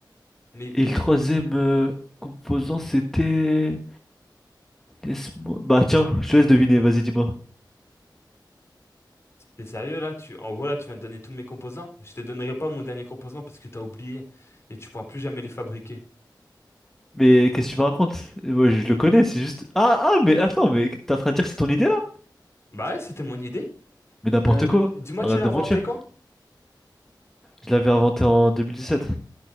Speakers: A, on the left; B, in the centre.
A: Mais
B: Et le troisième euh, composant, c'était... Laisse-moi... Bah tiens, je te laisse deviner, vas-y, dis-moi.
A: t'es sérieux là? Tu... En gros, là, tu viens de donner tous mes composants. Je te donnerai pas mon dernier composant parce que t'as oublié et tu pourras plus jamais les fabriquer.
B: Mais qu'est-ce que tu me racontes? Moi, je je le connais, c'est juste... Ah, ah, mais attends, mais t'es en train de dire que c'est ton idée, là?
A: Bah ouais, c'était mon idée.
B: Mais n'importe
A: Euh,
B: quoi,
A: dis-moi,
B: arrête
A: tu l'as
B: de
A: inventé
B: mentir.
A: quand?
B: Je l'avais inventé en 2017.